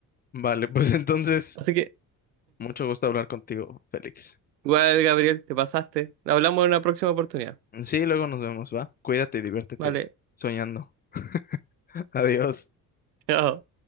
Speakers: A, on the left (about 25°); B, on the right (about 85°).
A: vale, <laughs> pues entonces,
B: Así que
A: mucho gusto hablar contigo, Félix.
B: Igual, Gabriel, te pasaste. Hablamos en una próxima oportunidad.
A: Sí, luego nos vemos, ¿va? Cuídate y diviértete
B: Vale.
A: soñando. <laughs> Adiós.
B: Chao.